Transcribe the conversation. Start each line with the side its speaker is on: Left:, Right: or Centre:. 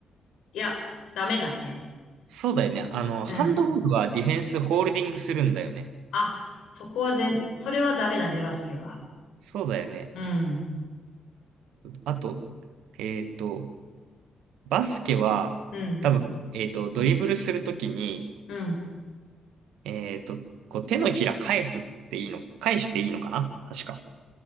Left: う。いや、ダメだね。
Right: そうだよね。あの、
Left: うん。
Right: ハンドボールはディフェンスホールディングするんだよね。
Left: あ、そこは全、それはダメだね、バスケは。
Right: そうだよね。
Left: うん、
Right: あと、えっと、バスケは、
Left: うん、
Right: 多分、えっと、ドリブルするときに、
Left: うん、
Right: えっと、こう手のひら返すっていいの、返していいのかな確か。